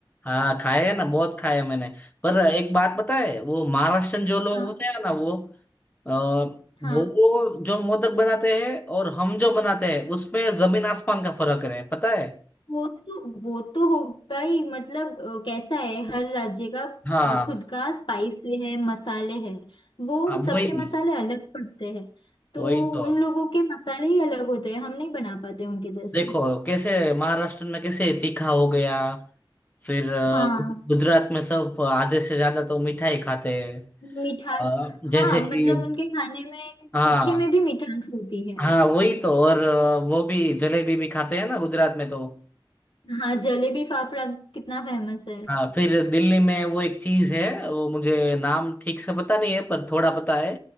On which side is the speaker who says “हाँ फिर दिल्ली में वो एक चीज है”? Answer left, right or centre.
Left